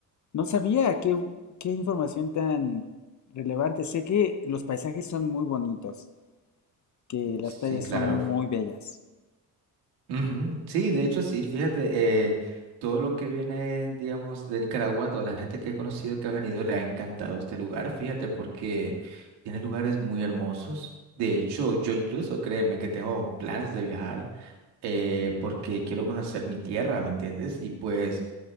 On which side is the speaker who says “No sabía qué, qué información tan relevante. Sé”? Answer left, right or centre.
Left